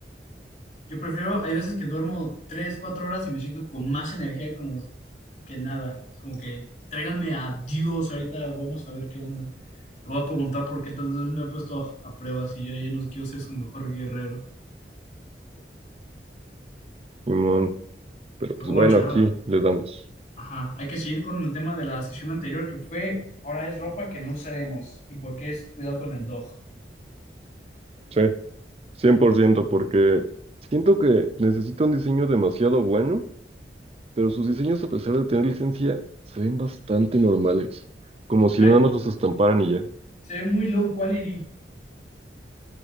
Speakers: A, on the left; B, on the right.
A: yo prefiero, hay veces que duermo tres, cuatro horas y me siento con más energía como que nada. Es como que tráiganme a Dios, ahorita vamos a ver qué onda. Le voy a preguntar por qué tantas veces me ha puesto a prueba si yo ya no quiero ser su mejor guerrero.
B: Simón, pero
A: Pero
B: pues
A: bueno,
B: bueno,
A: chaval,
B: aquí le damos.
A: ajá, hay que seguir con el tema de la sesión anterior que fue, ahora es ropa que no usaremos y por qué es cuidado con el dog.
B: Sí, Cien por ciento, porque siento que necesito un diseño demasiado bueno pero sus diseños, a pesar de tener licencia, se ven bastante normales, como si
A: Eh,
B: nada más los estamparan y ya.
A: Se ve muy low quality.